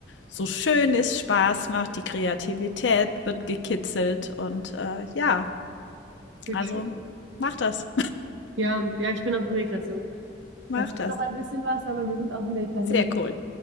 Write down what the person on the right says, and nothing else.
schön.
Ja, ja, ich bin auf dem Weg dazu.
Da fehlt
noch ein bisschen was, aber wir sind auf dem Weg dahin.